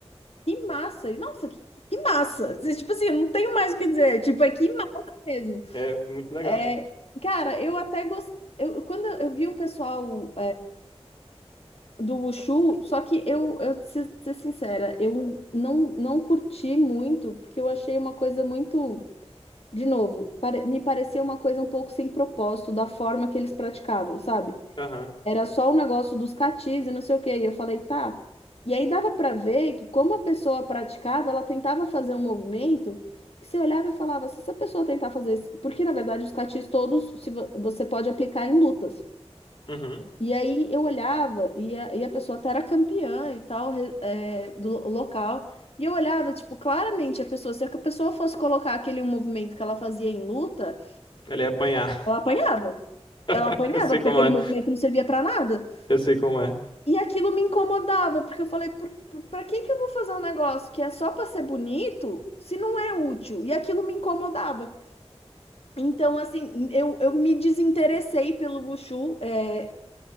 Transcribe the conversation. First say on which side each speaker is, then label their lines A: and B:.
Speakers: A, on the left (about 65°); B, on the left (about 45°).
A: Que massa. E, Nossa, que, que que massa. Você, Tipo assim, eu não tenho mais o que dizer. Tipo, é que massa mesmo.
B: É muito legal.
A: É, cara, eu até gostei. Eu, quando eu vi um pessoal. do Wushu, só que eu, eu preciso ser sincera, eu não, não curti muito, porque eu achei uma coisa muito, de novo, pare- me parecia uma coisa um pouco sem propósito da forma que eles praticavam, sabe?
B: Aham.
A: Era só o negócio dos catis e não sei o quê, e eu falei, tá. E aí dava pra ver que como a pessoa praticava, ela tentava fazer um movimento que você olhava e falava, se essa pessoa tentar fazer isso, porque na verdade os catis todos se vo- você pode aplicar em lutas.
B: Uhum.
A: E aí eu olhava e a, e a pessoa tá, era campeã e tal re- é, do lo- local. E eu olhava, tipo, claramente a pessoa, se a pessoa fosse colocar aquele movimento que ela fazia em luta,
B: Ele ia apanhar.
A: ela apanhava. Ela
B: <laughs>
A: apanhava,
B: Eu sei
A: porque
B: como
A: aquele
B: é.
A: movimento não servia pra nada.
B: Eu sei como é.
A: E aquilo me incomodava, porque eu falei, por, por, pra que que eu vou fazer um negócio que é só pra ser bonito, se não é útil? E aquilo me incomodava. Então, assim, eu, eu me desinteressei pelo Wushu, é,